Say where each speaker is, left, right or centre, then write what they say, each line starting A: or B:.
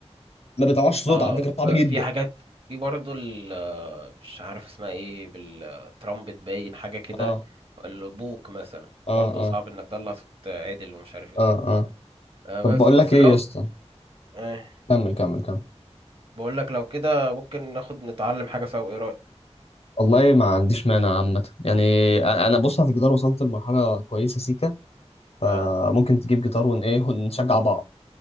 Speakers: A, on the left; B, on the right.
A: ما بيطلعش صوت
B: اه
A: على فكرة صعب
B: ب-
A: جدا
B: في حاجات في برضه ال- آه، مش عارف اسمها ايه بالترامبت باين حاجة كده
A: اه
B: البوق مثلا
A: اه
B: برضه صعب
A: اه
B: انك تطلع صوت عدل ومش عارف ايه
A: اه
B: وكده
A: آه.
B: آه
A: طب
B: بس
A: بقول
B: بس
A: لك ايه
B: لو
A: يا اسطى
B: آه
A: كمل كمل كمل
B: بقول لك لو كده ممكن ناخد نتعلم حاجة سوا ايه رأيك
A: والله ما عنديش مانع عامة يعني أ- انا بص في الجيتار وصلت لمرحلة كويسة سيكا فممكن
B: اه
A: تجيب جيتار ون ايه ونشجع بعض